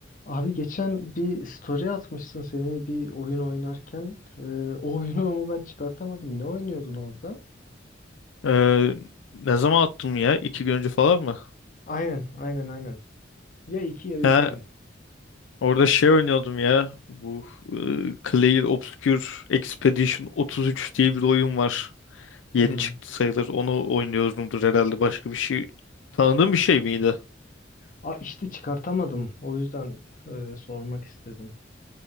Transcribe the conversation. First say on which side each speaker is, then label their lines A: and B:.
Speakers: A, on the left; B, on the left.
A: Abi geçen bir story atmışsın seni bir oyun oynarken. Ee, o oyunu ama ben çıkartamadım. Ne oynuyordun orada?
B: Ee, ne zaman attım ya? İki gün önce falan mı?
A: Aynen, aynen, aynen. Ya iki ya üç
B: Ha,
A: gün.
B: orada şey oynuyordum ya. Bu e, Clair Obscure Expedition 33 diye bir oyun var. Yeni
A: Hı hı.
B: çıktı sayılır. Onu oynuyordumdur herhalde. Başka bir şey. Tanıdığım bir şey miydi?
A: Aa, işte çıkartamadım. O yüzden e, sormak istedim.